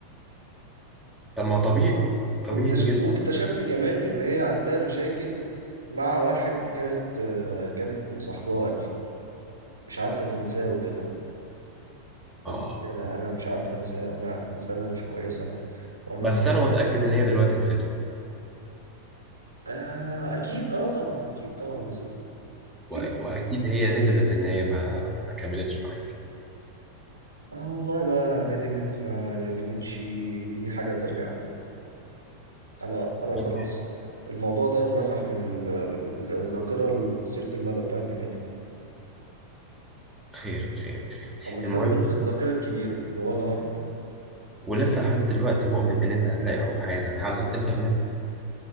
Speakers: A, in the centre; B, on the right (about 80°).
A: طب ما طبيعي طبيعي
B: واكتشف
A: جدا
B: واكتشفت كمان إن هي عندها مشاكل مع واحد كانت آه، كانت مصاحباه قبل مش عارفة تنساه وكده طب
A: اه
B: أنا أنا مش عارفة أنساه وأنا إنسانة مش كويسة وأنا
A: بس انا متأكد ان هي دلوقتي نسيته
B: آه أكيد أه طبعا أكيد طبعا يا سيدي أكيد
A: و... واكيد هي ندمت ان هي ما ما كملتش معاك
B: اه والله بقى ندمت ما ندمتش دي, دي حاجة ترجع لها انا انا
A: <laughs>
B: خلاص الموضوع ده اتمسح من ال... من ال- الذاكره القصيره المدى بتاعت دماغي
A: خير خير خير
B: او متخزن
A: المهم
B: في الذاكره الكبيره اللي هو الهارد
A: ولسه لحد دلوقتي مؤمن ان انت هتلاقي حب حياتك على الانترنت